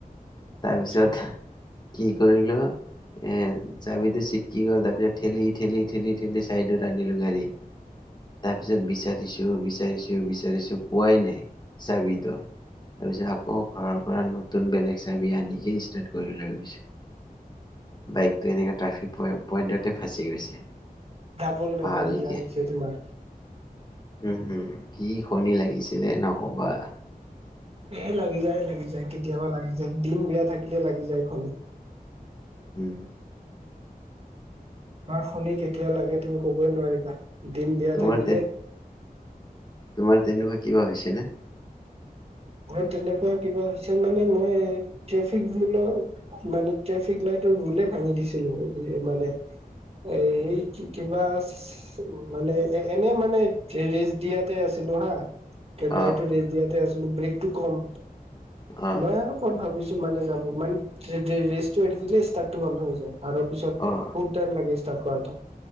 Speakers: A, on the left; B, on the right.
A: তাৰপিছত
B: আচ্ছা
A: কি কৰিলো এ চাবিতো চিট কি গ'ল তাৰপিছত ঠেলি ঠেলি ঠেলি ঠেলি চাইডত আনিলো গাড়ী। তাৰ পিছত বিচাৰিছো বিচাৰিছো বিচাৰিছো পোৱাই নাই চাবিতো। তাৰ পিছ আকৌ ঘৰৰ পৰা নতুন বেলেগ চাবি আনিকে ষ্টাৰট কৰি লৈ গৈছোঁ। বাইকটো এনেকৈ ট্ৰেফিক পইণ্টতে ফাঁচি গৈছে।
B: ডাবল ডাবল
A: ভালকে।
B: ই যছে তোমাৰ।
A: উম, হম কি শনি লাগিছিলে নকবা।
B: এ লাগি যায় লাগি যায় কেতিয়াবা লাগি যায় দিন বিয়া থাকিলে লাগি যায় শনি।
A: উম।
B: কৰ শনি কেতিয়া লাগে তুমি কবই নোৱাৰিবা দিন বেয়া
A: তোমাৰ
B: থাকিলে
A: তে তোমাৰ তেনেকুৱা কিবা হৈছে না?
B: ম তেনেকুৱা কিবা হৈছে মানে মই ট্ৰেফিক বোৰৰ মানে ট্ৰেফিক লাইটৰ ৰোলে ভাঙি দিছিলো মানে এই কি কিবা আ মানে এ এনে মানে ৰেচ দিয়াতে আছিলো হা।
A: অ'
B: গাড়ীটো ৰেচ দিয়াতে আছিলো ব্ৰেকটো কম
A: অ'
B: মই আৰু ভাবিছো মানে যাব মানে ৰেচটো এৰিদিলে ষ্টাৰ্টো বন্ধ হৈ যায় আৰু পিছত
A: অ'
B: বহুত টাইম লাগে ষ্টাৰট কৰাটো।